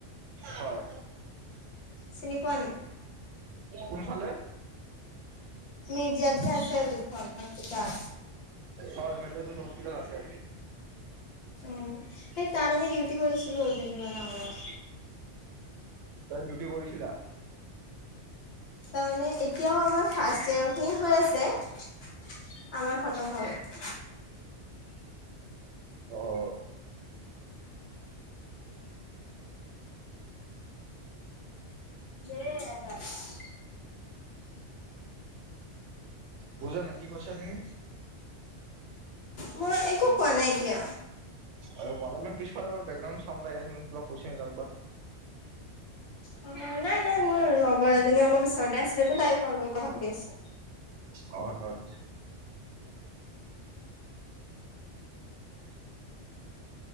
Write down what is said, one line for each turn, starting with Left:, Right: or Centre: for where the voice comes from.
Right: হয়।
Left: চিনি পোৱা নাই
Right: কোনফালে?
Left: মিৰ্জাত যে আছে যোনখন হস্পিতাল।
Right: হয় মিৰ্জাত <unintelligible> হস্পিটেল আছে।
Left: উম সেই তাত আমি ডিউটি কৰিছিলো কেইদিনমান আগত।
Right: তই ডিউটি কৰিছিলা।
Left: তাৰ মানে এতিয়াও আমাৰ ফাষ্ট ইয়েৰ খিনি হৈ আছে আমাৰ খত <unintelligible>
Right: অ'।
Left: দেৰ হাজাৰ।
Right: বুজা নাই কি কৈছা তুমি।
Left: মই একো কোৱা নাই এতিয়া।
Right: একো কোৱা নাই মানে পিছফালৰ পৰা বেকগ্ৰাউণ্ড চাউণ্ড আহি আছে <unintelligible> কিবা কৈছা নেকি কাকবা।
Left: অ নাই, নাই মই লগৰ এজনী অলপ ওচৰতে আছিলে যে তাইত <unintelligible> লগত কথা পাতি আছোঁ
Right: হয়, হয়।